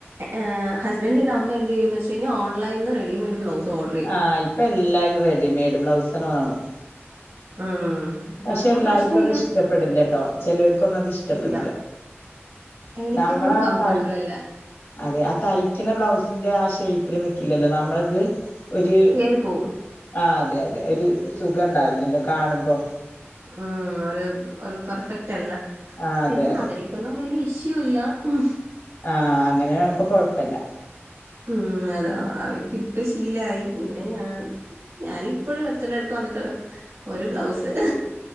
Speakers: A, on the right; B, on the left.
A: ഏഹേ ഹസ്ബൻഡിന്റെ അമ്മ എന്തെയ്യും എന്ന് വെച്ച് കഴിഞ്ഞ ഓൺലൈനിന്ന് റെഡിമേഡ് ബ്ലൗസ് ഓർഡർ ചെയ്യും
B: ആഹ്. ഇപ്പൊ എല്ലാരും റെഡിമെയ്ഡ് ബ്ലൗസാണ് വാങ്ങും.
A: ഉം
B: പക്ഷെ
A: അപ്പൊ
B: എല്ലാര്ക്കും
A: പ്രശ്നമില്ല
B: അത് ഇഷ്ടപ്പെടില്ലട്ടോ. ചേലോര്ക്കൊന്നും അത് ഇഷ്ടപ്പെടില്ല.
A: ഇല്ല എനിക്കൊന്നും
B: നമ്മളാ
A: കംഫർട്ടബിളല്ല.
B: തൈ അതെ. ആഹ് തയിക്ക്ണ ബ്ലൗസിന്റെ ആഹ് ഷേയ്പ്പിൽ നിക്കില്ലല്ലോ? നമ്മളത്. ഒര്
A: കേറിപ്പോവും
B: ആഹ് അതെ അതെ. ഒരു സുഖണ്ടാവില്ലല്ലോ കാണുമ്പോ?
A: ഉം. ഒരു ഒര് പെർഫെക്റ്റ് അല്ല.
B: ആഹ്
A: പിന്നെ
B: അതെ അതെ
A: അവര്ക്ക് ഇതൊന്നും വല്ല്യ ഇഷ്യൂ ഇല്ല. ഉം
B: ആഹ് അങ്ങനായാകുമ്പൊ കൊഴപ്പല്ല.
A: ഉം. അതാ അവർക്കിട്ട് ശീലായി. പിന്നെ ഞാന് ഞാനിപ്പഴും അച്ഛന്റെ അട്ക്ക് വന്നിട്ട് പറയും ഒരു ബ്ലൗസ്.